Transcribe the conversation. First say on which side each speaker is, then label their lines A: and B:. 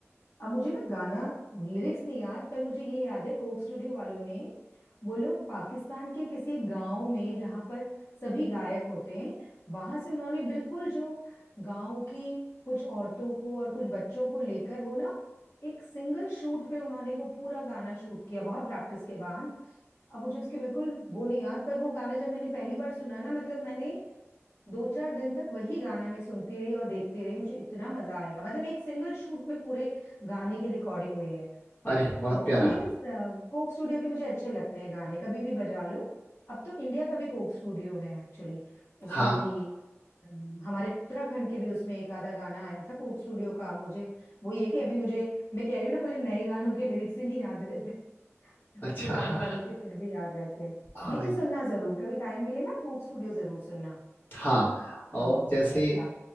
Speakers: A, on the left (about 60°); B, on the left (about 40°).
A: अब मुझे ना गाना लिरिक्स नहीं याद पर मुझे ये याद है कोक स्टूडियो वालों ने वो लोग पाकिस्तान के किसी गांव में जहां पर सभी गायक होते हैं वहां से उन्होंने बिल्कुल जो गांव की कुछ औरतों को और कुछ बच्चों को लेकर वो ना एक सिंगल शूट में उन्होंने वो पूरा गाना शूट किया बहुत प्रैक्टिस के बाद अब मुझे उसके बिल्कुल वो नहीं याद पर वो गाना जब मैंने पहली बार सुना ना मतलब मैंने दो चार दिन तक वही गाना मैं सुनती रही और देखती रही मुझे इतना मजा आया मतलब एक सिंगल शूट में पूरे गाने की रिकॉर्डिंग हुई है
B: अरे बहुत
A: तो
B: प्यारा
A: और लेकिन अ, कोक स्टूडियो के मुझे अच्छे लगते हैं गाने कभी भी बजा लो अब तो इंडिया का भी कोक स्टूडियो है एक्चुअली उसमें
B: हाँ
A: भी अम, हमारे उत्तराखंड के भी उसमें एक आधा गाना आया था कोक स्टूडियो का मुझे वो ये कि अभी मुझे मैं कह रही हूँ ना मुझे नए गानों के लिरिक्स ही नहीं याद रहते
B: अच्छा
A: पुराने
B: <laughs> हाँ
A: वालों के फिर भी याद रहते हैं
B: हाँ
A: लेकिन सुनना जरूर कभी टाइम मिले ना कोक स्टूडियो जरूर सुनना
B: हाँ, और
A: तो
B: जैसे
A: ऐसा